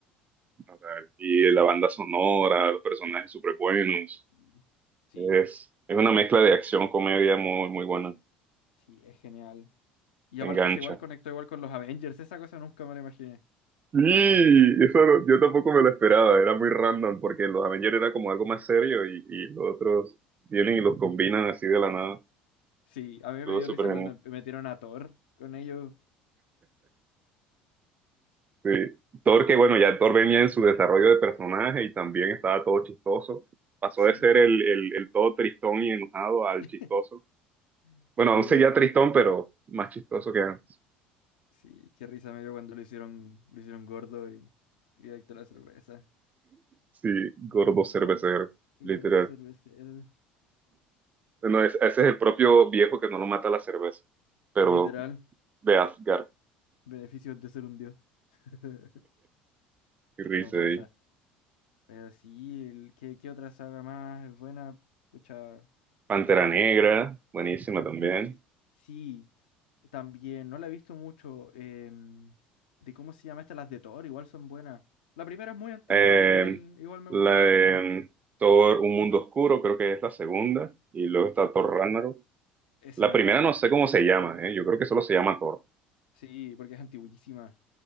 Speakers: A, on the right; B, on the left.
A: o sea, y la banda sonora, los personajes súper buenos.
B: Y Sí,
A: Es, es una mezcla de acción, comedia muy, muy buena,
B: sí, es genial. Y
A: te
B: aparte
A: engancha.
B: se igual conectó igual con los Avengers, esa cosa nunca me la imaginé.
A: Sí, eso no- yo tampoco me lo esperaba, era muy random, porque los Avengers era como algo más serio y, y los otros vienen y los combinan así de la nada.
B: Sí, a mí
A: Estuvo
B: me dio
A: súper
B: risa
A: genial.
B: cuando metieron a Thor con ellos.
A: Sí. Thor, que bueno, ya Thor venía en su desarrollo de personaje y también estaba todo chistoso. Pasó
B: Sí,
A: de ser el, el, el todo tristón y enojado al
B: <laughs>
A: chistoso. Bueno,
B: sí,
A: aún seguía
B: de bueno.
A: tristón, pero más chistoso que antes.
B: Sí, qué risa me dio cuando lo hicieron, lo hicieron gordo y, y adicto a la cerveza.
A: Sí, gordo cervecero,
B: El
A: literal.
B: gordo cervecero.
A: Bueno, es- ese es el propio viejo que no lo mata la cerveza, pero
B: Literal,
A: de Asgard
B: beneficios de ser un dios. <laughs>
A: y risa
B: No pasa.
A: ahí.
B: Pero sí, el- ¿qué, qué otra saga más es buena? Pucha.
A: Pantera
B: eh,
A: Negra, buenísima también.
B: n- eh, sí, también. No la he visto mucho. em, de cómo se llama esta, las de Thor, igual son buenas. La primera es muy antigua,
A: Eh,
B: pero igual, igual me
A: la
B: gusta
A: de,
B: la historia.
A: mm, Thor, Un Mundo Oscuro, creo que es la segunda. Y luego está Thor Ragnarok.
B: Esa
A: La
B: me
A: primera
B: encanta.
A: no sé cómo se llama, ¿eh? Yo creo que solo se llama Thor.
B: Sí, porque es antiguísima.